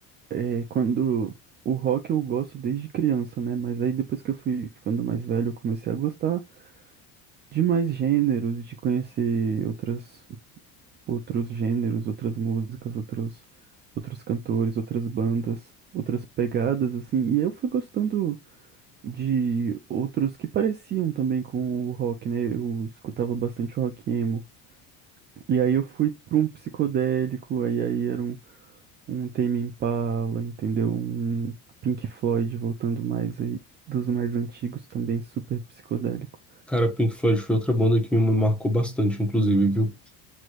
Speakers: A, on the right (about 30°); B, in the centre.
A: é, quando o rock eu gosto desde criança, né? Mas aí depois que eu fui ficando mais velho, eu comecei a gostar de mais gêneros, de conhecer outras, outros gêneros, outras músicas, outros, outros cantores, outras bandas, outras pegadas, assim. E aí eu fui gostando. de outros que pareciam também com o rock, né? Eu escutava bastante rock emo. E aí eu fui para um psicodélico, aí, aí era um, um Tame Impala, entendeu? Um Pink Floyd voltando mais aí, dos mais antigos também, super psicodélico.
B: Cara, Pink Floyd foi outra banda que me marcou bastante, inclusive, viu?